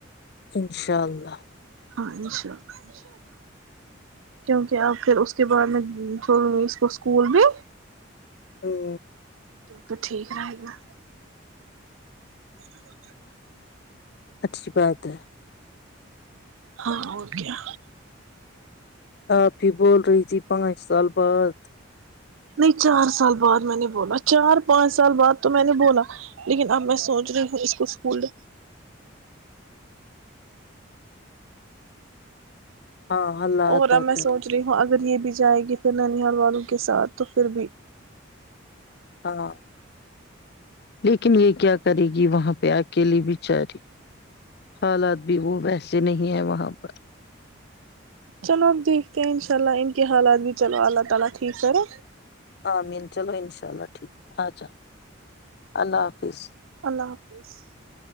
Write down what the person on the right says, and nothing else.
ہاں انشاء اللہ انشاءلہ کیونکہ اپ پھر اس کے بعد میں چھوڑوں گی اس کو اسکول بھی
تو تو ٹھیک رہے گا بے بتےے <unintelligible>
ہاں ہو کیا
نہیں چار سال بعد میں نے بولا چار پانچ سال بعد تو میں نے بولا لیکن اب میں سوچ رہی ہوں اس کو اسکول
اور
اب میں
سوچ رہی ہوں اگر یہ بھی جائے گی پھر ننیاال والوں کے ساتھ تو پھر بھی
انشاءاللہ ان کے حالات بھی چلو اللہ تعالی ٹھیک کرے
اللہ حافظ <unintelligible>